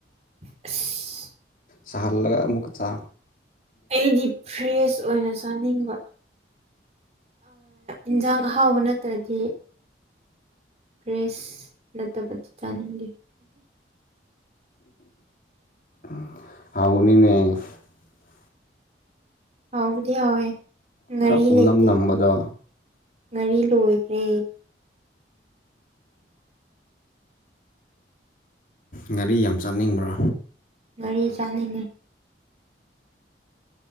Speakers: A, on the right; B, on the left.
A: <inaudible>
B: ꯁꯍꯔ ꯂꯥꯛ ꯑꯃꯨ ꯀ ꯆ
A: ꯑꯩꯗꯤ ꯐ꯭ꯔꯦꯁ ꯑꯣꯏꯅ ꯆꯥꯅꯤꯡꯕ ꯏꯟꯁꯥꯡ ꯑꯍꯥꯎꯕ ꯅꯠꯇ꯭ꯔꯗꯤ ꯄ꯭ꯔꯦꯁ ꯅꯠꯇꯕꯗꯤ ꯆꯥꯅꯤꯡꯗꯦ
B: <inaudible>
A: ꯍꯥꯎꯕꯗꯤ ꯍꯥꯎꯋꯦ ꯉꯥꯔꯤ
B: ꯈꯔ ꯄꯨꯝꯅꯝ
A: ꯂꯩꯇꯦ
B: ꯅꯝꯕꯗꯣ
A: ꯉꯥꯔꯤ ꯂꯣꯏ ꯇꯦ
B: ꯉꯔꯤ ꯌꯥꯝ ꯆꯥꯅꯤꯡꯕ꯭ꯔꯥ
A: ꯒꯥꯔꯤ ꯆꯅꯤꯡꯒꯦ